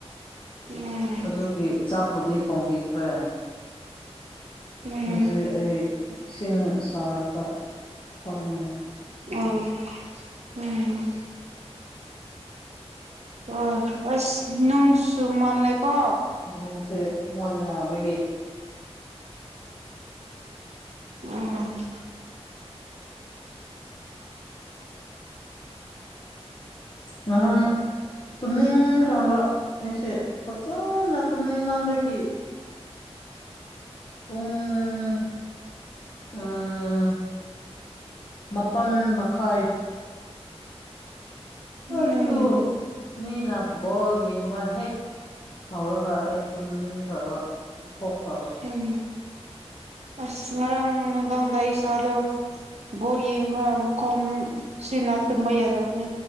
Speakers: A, on the right (about 80°); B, on the left (about 50°).
A: ꯎꯝ
B: ꯑꯗꯨꯒꯤ ꯆꯥꯛꯄꯨꯗꯤ ꯊꯣꯡꯕꯤꯈ꯭ꯔꯦ
A: ꯎꯝ
B: ꯍꯧꯖꯤꯛ ꯑꯩ ꯏꯁꯤꯡ ꯁꯥꯒꯠꯄ ꯊꯛꯅꯤꯡꯉꯦ
A: ꯑꯣ ꯎꯝ ꯑꯣ ꯑꯁ ꯅꯨꯡꯁꯨ ꯃꯅꯩꯀꯣ
B: ꯃꯤꯡꯁꯦ ꯃꯥꯟꯅꯕꯒꯤ
A: ꯎꯝ
B: ꯉꯔꯥꯡ ꯇꯨꯝꯅꯤꯡꯈ꯭ꯔꯕ ꯑꯩꯁꯦ ꯐꯖꯅ ꯇꯨꯝꯅꯤꯡꯃꯟꯕꯒꯤ ꯄꯨꯡ ꯑꯥ ꯃꯥꯄꯜ ꯃꯈꯥꯏ
A: ꯎꯝ
B: ꯑꯗꯣ ꯃꯤꯅꯥ ꯕꯣꯜ ꯌꯦꯡꯕ ꯍꯦꯛ ꯍꯧꯔꯒ ꯑꯩ ꯇꯨꯝꯅꯤꯡꯈ꯭ꯔꯕ ꯊꯣꯛꯈ꯭ꯔꯕ
A: ꯎꯝ ꯑꯁ ꯉꯔꯥꯡ ꯅꯨꯡꯗꯥꯡꯗ ꯏꯁꯥꯗꯣ ꯕꯣꯟ ꯌꯦꯡꯕ ꯃꯈꯣꯟ ꯁꯤꯅ ꯇꯨꯝꯕ ꯌꯥꯗꯕꯅꯤ